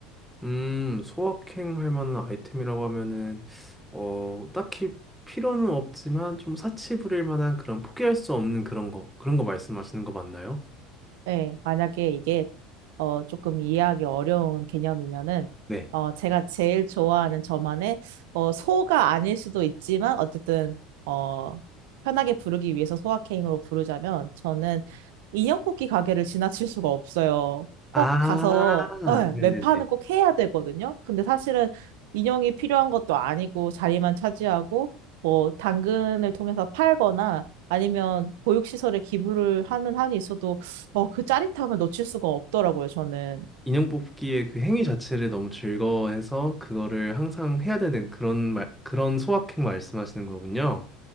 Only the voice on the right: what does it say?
네, 만약에 이게 어, 조금 이해하기 어려운 개념이면은
어, 제가 제일 좋아하는 저만의 어, 소가 아닐 수도 있지만 어쨌든 어, 편하게 부르기 위해서 소확행으로 부르자면 저는 인형 뽑기 가게를 지나칠 수가 없어요. 꼭
가서 네,
매 판은 꼭 해야 되거든요. 근데 사실은 인형이 필요한 것도 아니고 자리만 차지하고 뭐 당근을 통해서 팔거나 아니면 보육시설에 기부를 하는 한이 있어도 어, 그 짜릿함을 놓칠 수가 없더라고요, 저는.